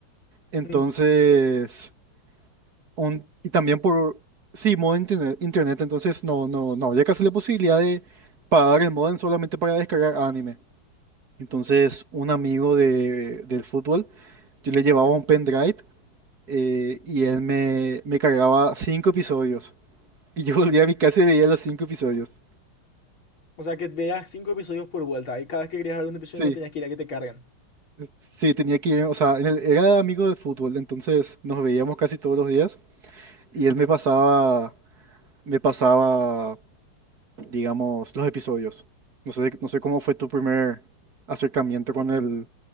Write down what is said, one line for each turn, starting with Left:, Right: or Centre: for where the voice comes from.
Right: Entonces,
Left: mm,
Right: un, y también por, sí, modem internet, internet. Entonces, no, no, no había casi la posibilidad de pagar el modem solamente para descargar anime. Entonces, un amigo de, del fútbol Yo le llevaba un pendrive eh, y él me, me cargaba cinco episodios. Y yo <laughs> volvía a mi casa y veía los cinco episodios.
Left: O sea, que veas cinco episodios por vuelta y cada vez que querías ver un episodio
Right: Sí,
Left: no tenías que ir a que te carguen.
Right: es- sí, tenía que ir, o sea, en el- era amigo de fútbol, entonces nos veíamos casi todos los días y él me pasaba, me pasaba, digamos, los episodios. No sé, no sé cómo fue tu primer acercamiento con el...